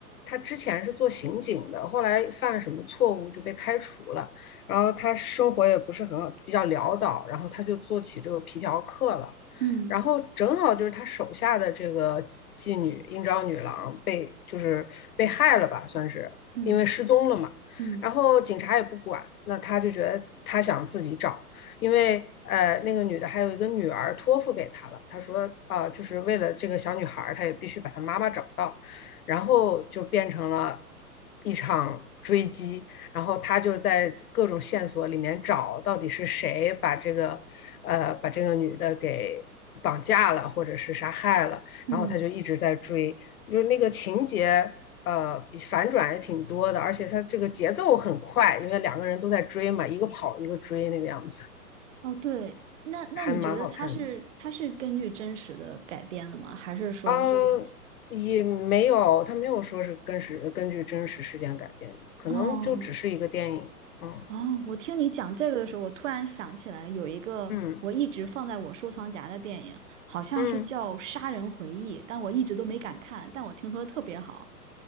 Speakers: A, on the left; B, on the right.
A: 他之前是做刑警的，后来犯了什么错误就被开除了。然后他生活也不是很好，比较潦倒，然后他就做起这个皮条客了。
B: 嗯
A: 然后正好就是他手下的这个妓女应招女郎被就是被害了吧，算是因为失踪了嘛。
B: 嗯嗯
A: 然后警察也不管，那他就觉得他想自己找，因为呃那个女的还有一个女儿托付给他了，他说啊、呃就是为了这个小女孩他也必须把她妈妈找到。然后就变成了一场追击，然后他就在各种线索里面找到底是谁把这个，呃，把这个女的给绑架了，或者是杀害了。
B: 嗯，
A: 然后他就一直在追，就是那个情节，呃，比反转也挺多的，而且他这个节奏很快，因为两个人都在追嘛，一个跑一个追那个样子，
B: 哦，对，那那你觉得它是它是根据真实的改编的吗？
A: 还蛮好看的。
B: 还是说这种？
A: 嗯，也没有，他没有说是根是根据真实事件改编的，可能就只是一个电影。
B: 哦
A: 嗯
B: 哦，我听你讲这个的时候，我突然想起来有一个我一直放在我收藏夹的电影，
A: 嗯
B: 好像是叫《杀人回忆》，
A: 嗯。
B: 但我一直都没敢看，但我听说特别好。